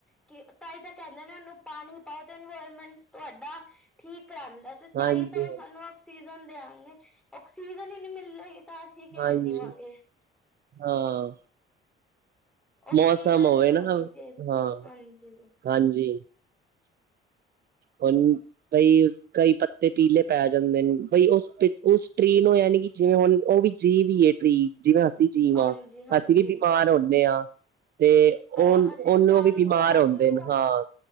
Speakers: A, in the centre; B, on the right.
A: ਕਿ ਤਾਂ ਹੀ ਤਾਂ ਕਹਿੰਦੇ ਨੇ ਉਹਨੂੰ ਪਾਣੀ ਪਾਓ ਤੇ ਇਨਵਾਇਰਮੈਂਟ ਤੁਹਾਡਾ ਠੀਕ। ਕਰਾਂਦਾ ਤੇ
B: ਹਾਂਜੀ
A: ਤਾਈ ਤਾਂ ਉਹ ਸਾਨੂੰ ਆਕਸੀਜਨ ਦਿਆਂਗੇ ਆਕਸੀਜ। ਤਾਂ ਅਸੀਂ ਕਿਵੇਂ
B: ਹਾਂਜੀ
A: ਜੀਵਾਂਗੇ।
B: ਹਾਂ।
A: ਓਕਸੀਜਨ
B: ਮੌਸਮ ਹੋਵੇ
A: ਹੋਣੀ
B: ਨਾ
A: ਚਾਹੀਦੀ
B: ਹਾਂ
A: ਹਾਂਜੀ।
B: ਹਾਂਜੀ
A: <inaudible>
B: ਹੁਣ ਬਈ ਕਈ ਪੱਤੇ ਪੀਲੇ ਪੈ ਜਾਂਦੇ ਨੇ ਬਈ ਉਸ ਉਸ ਟ੍ਰੀ ਨੂੰ ਐ ਨੀ ਕਿ। ਜਿਵੇਂ ਹੁਣ ਉਹ ਵੀ ਜੀਵ ਹੀ ਹੈ ਟ੍ਰੀ ਜਿਵੇਂ ਅਸੀਂ ਜੀਵ
A: ਹਾਂਜੀ-ਹਾਂਜੀ
B: ਹਾਂ ਅਸੀਂ ਵੀ ਬੀਮਾਰ ਹੁੰਦੇ ਹਾਂ। ਤੇ
A: ਹਾਂ
B: ਓ
A: ਅਸੀਂ
B: ਉਹ ਨੂੰ ਵੀ
A: ਹੁੰਦੇ
B: ਬਿਮਾਰ
A: ਹਾਂ
B: ਆਉਂਦੇ
A: ਅਸੀਂ ਵੀ ਤਾਂ
B: ਨੇ ਹਾਂ।